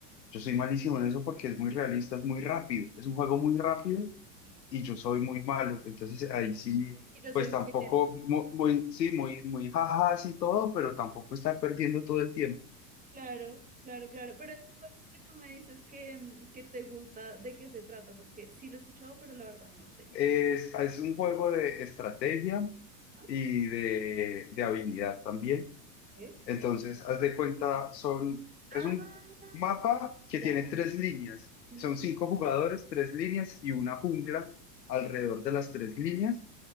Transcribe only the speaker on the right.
Y
y yo
soy
muy lento.
Claro, claro, claro. Pero esto que tú me dices que, mm, que te gusta, ¿de qué se trata? Porque sí lo he escuchado, pero la verdad no sé.
Ajá.
¿Eh?
Ah,
ya.
Ujú,